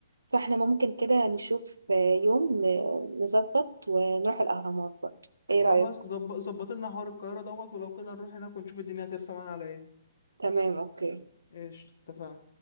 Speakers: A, on the right; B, on the left.
A: فاحنا ممكن كده نشوف آه، يوم ن- نظبط ونروح الاهرامات برضو ايه
B: خلاص
A: رأيك
B: ظبط ظبط لنا حوار القاهرة دوت ولو كده نروح هناك ونشوف الدنيا هترسم معانا على إيه
A: تمام اوكي
B: إيش اتفقنا